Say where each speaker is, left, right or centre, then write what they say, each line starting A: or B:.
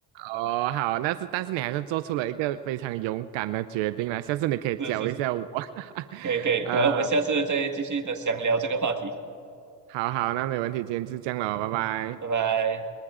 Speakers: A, on the right; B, on the right.
A: 哦，好，那是但是你还是做出了一个非常勇敢的决定了，下次你可以教一下我，
B: <laughs> 是是是，
A: <laughs>
B: 可以可以，
A: 呃，
B: 可能我们下次再继续的详聊这个话题，
A: 好好，那没问题，今天就这样了，拜拜。
B: 拜拜。